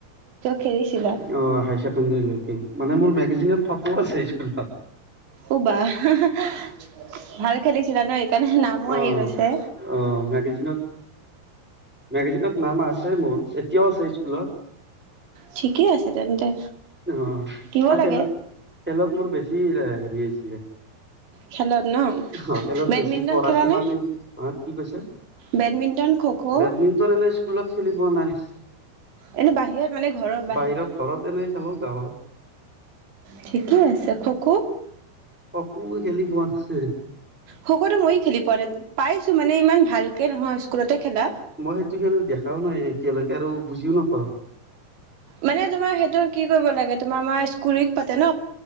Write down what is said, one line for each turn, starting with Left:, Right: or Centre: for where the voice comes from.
Right: খেলিছিলা?
Centre: অঁ হায় ছেকেণ্ডেৰীলৈকে মানে মোৰ এইজনত থকও আছে স্কুলখন
Right: উ বাহ হা হা ভাল খেলিছিলা ন সেইকাৰণে নামো
Centre: অ
Right: আহি গৈছে
Centre: অ মেগাজিনত মেগাজিনত নাম আছে মোৰ এতিয়াও আছে স্কুলত
Right: ঠিকেই আছে তেন্তে
Centre: অঁ
Right: দিব
Centre: ম খেলত
Right: লাগে
Centre: মোৰ বেছি হেৰিছিলে
Right: খেলত ন
Centre: অঁ খেলত
Right: বেডমিণ্টন
Centre: বেছি পঢ়াত
Right: খেলানে
Centre: সিমান অঁ কি কৈছে
Right: বেডমিণ্টন খ' খ'
Centre: বেডমিণ্টন এনে স্কুলত খেলি পোৱা নাই
Right: এনে বাহিৰত মানে ঘৰৰ
Centre: বাহিৰত ঘৰত এনে খেলো গাঁৱত
Right: ঠিকেই আছে খো খো
Centre: খকো খেলি পোৱা নাই
Right: খকোটো মই খেলি পোৱা নাই। পাইছোঁ মানে ইমান ভাল কে নহয় স্কুলতে খেলা
Centre: মই সেইটো খেল দেখাওঁ নাই এতিয়ালৈকে আৰু বুজিও নাপাওঁ
Right: মানে তোমাৰ সেইটো কি কৰিব লাগে তোমাৰ আমাৰ স্কুল উইক পাতে ন